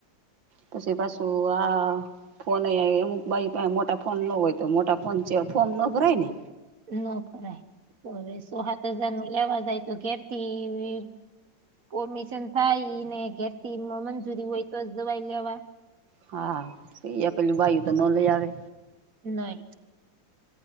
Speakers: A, on the right; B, on the right.
A: પછી પાછું આ ફોન એ અમુક ભાઈ પાહે મોટા ફોન ન હોય. તો મોટા ફોન છે ફોમ ન ભરાય ને?
B: ન ભરાય, તો અવે સો હાત હજાર નું લેવા જાય તો ઘેરથી <unintelligible> થાય ઈને ઘેરથી મંજૂરી હોય તો જ દવાઈ લેવાય.
A: હા <unintelligible> આવે.
B: નઈ.